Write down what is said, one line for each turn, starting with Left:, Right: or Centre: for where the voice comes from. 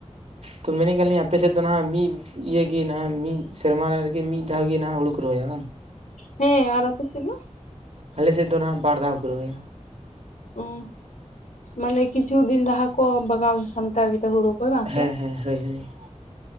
Right: ᱛᱚ ᱢᱮᱱᱮᱫ ᱠᱟᱱᱟ ᱞᱤᱧ ᱟᱯᱮᱥᱮᱫ ᱫᱚ ᱱᱟᱦᱟᱜ ᱢᱤᱫ ᱤᱭᱮ ᱜᱮ ᱱᱟᱦᱟᱜ ᱢᱤᱫ ᱥᱮᱨᱢᱟ ᱨᱮᱜᱮ ᱢᱤᱫ ᱫᱷᱟᱣ ᱜᱮ ᱦᱩᱲᱩ ᱠᱚ ᱨᱚᱦᱚᱭᱟ ᱵᱟᱝ?
Left: ᱦᱮᱸ। ᱟᱨ ᱟᱯᱮ ᱥᱮᱫ ᱫᱚ?
Right: ᱟᱞᱮᱥᱮᱫ ᱫᱚ ᱱᱟᱦᱟᱜ ᱵᱟᱨ ᱫᱷᱟᱣ ᱠᱚ ᱨᱚᱦᱚᱭᱟ᱾
Left: ᱩᱸ ᱢᱟᱱᱮ ᱠᱤᱪᱷᱩ ᱫᱤᱱ ᱞᱟᱦᱟ ᱠᱚ ᱵᱟᱜᱟᱣ ᱥᱟᱢᱴᱟᱣ ᱜᱮᱫᱟ ᱦᱩᱲᱩ᱾ ᱠᱚ ᱵᱟᱝ
Right: ᱦᱮᱸ
Left: ᱥᱮ
Right: ᱦᱮᱸ ᱦᱟ. ᱭ ᱦᱟ. ᱭ